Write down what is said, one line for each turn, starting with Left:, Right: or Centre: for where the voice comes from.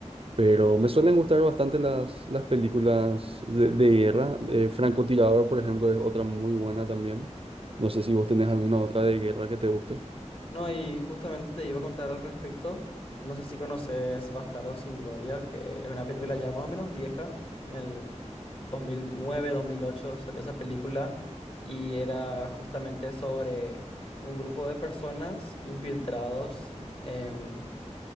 Right: Pero me suelen gustar bastante las, las películas de, de guerra. Eh, Francotirador, por ejemplo, es otra muy buena también. No sé si vos tenés alguna otra de guerra que te guste.
Left: No, y justamente te iba a contar al respecto. No sé si conoces Bastardo sin Gloria, que es una película ya más o menos vieja. En el dos dos mil nueve dos mil ocho salió esa película y era justamente sobre un grupo de personas infiltrados, em,